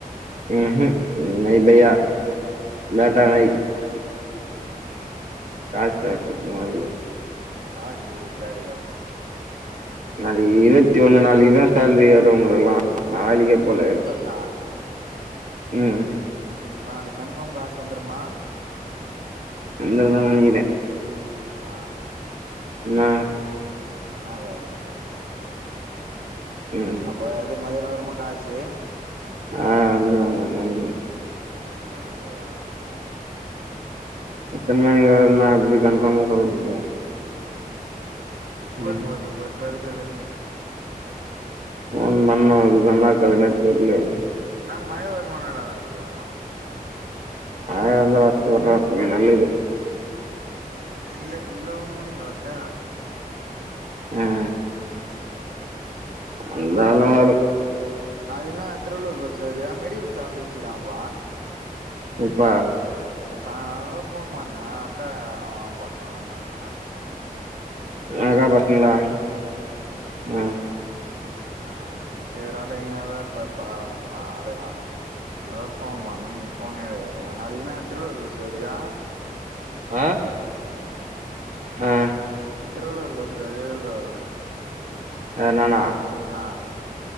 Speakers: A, on the right; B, on the right.
A: ம் ம் நைபாயா பேட்டா நை
B: ம்
A: காஸ் வேற சுத்தமா இல்ல
B: காசு கேக்கல இப்போ
A: நாளைக்கு இருவத்தி ஒண்ணு நாளைக்குதான் சேலரி வரும் உங்களுக்கல்லாம் நா வேளைக்கே போல
B: நா
A: ம்
B: இப்ப நாளைக்கு கன்ஃபாம் காசு வந்துருமா
A: வந்துருனு தான் நனைக்கிறேன்
B: ஆ
A: என்ன
B: என்ன கேக்றதுனு தெர்ல
A: ம்
B: அப்ப இது மதியானம் வருமா காசு
A: ஆ வந்துரும் மதியம் வந்துரும்
B: எத்தன மணிக்கு வரும்
A: எத்தன மணிக்கு வறுனு நா எப்டி கன்ஃபாமா சொல்லமுடியும்
B: போன்
A: ம்
B: போட்டு போ சர்சர்னு
A: ஃபோன் பன்னும் அதுக்குதான்டா அது இருக்க யெடமே தெரிலயே
B: நான் மயபூர் மாநாட வந்தியா
A: ஆ வந்த பத்து நல்ல நல்ல இது
B: இல்ல இல்லவங்கமுடின வருத
A: ஆ வந்தாலும்
B: ஆ ஆ
A: வரும்
B: நாளி என்னா திருவள்ளூர் பஸ்ல வறியா மெடில்ஸ் சார்ந்து வச்சிக்கிராங்ப்பா
A: சேரிப்பா
B: சாயாலால ஃபோன் பண்ண அக்கா பசங்களலந்தாங்க
A: அங்கா பசங்கலாய் ஹ
B: அ சேரடிங்க தா இருப்பார் பாரம்பா ஆளே கானோம் அதா சோ ஃபோன் பண்ண நீ ஃபோனே எடுக்கல நாளிகன்னா திருவள்ளூர் பஸ்ல வரியியா
A: அ அ
B: திருவள்ளுவர் பஸ்ல வரியா எதுல வருவ
A: யார் நான
B: ஆ